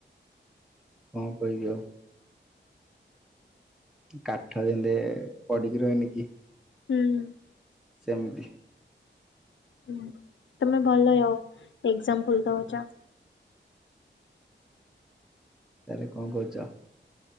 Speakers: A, in the centre; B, on the left.
A: କଣ କିହିବି ଆଉ। କାଠ ଯେମତି ପଡିକି ରହେନି କି?
B: ହୁଁ।
A: ସେମିତି।
B: ହୁଁ ତମେ ଭଲ ଆଉ ଏଗଜାମ୍ପୁଲ ଦୋଉଚ।
A: ତାହେଲେ କଣ କୋହୁଚ